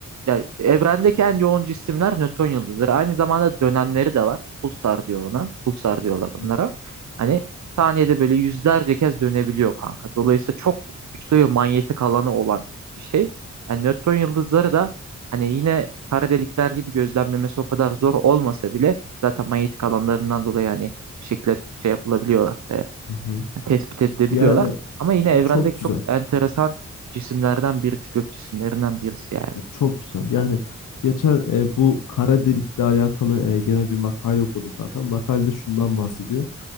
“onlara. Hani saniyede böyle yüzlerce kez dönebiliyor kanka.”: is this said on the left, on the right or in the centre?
Right